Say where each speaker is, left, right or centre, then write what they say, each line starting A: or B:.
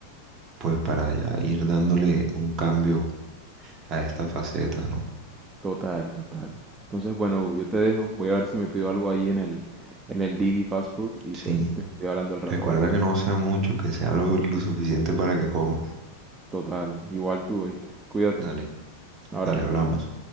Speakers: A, on the right; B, on the right.
A: pues para ya ir dándole un cambio a esta faceta, ¿no?
B: total, total. Entonces, bueno, Hugo, yo te dejo. Voy a ver si me pido algo ahí en el, en el Didi Fast Food y
A: Sí,
B: pues te estoy hablando al rato,
A: recuerda
B: ¿vale?
A: que no sea mucho, que sea lo, lo suficiente para que comas.
B: Total, igual tú, ¿viste? Cuídate.
A: Dale,
B: un abrazo
A: dale, hablamos.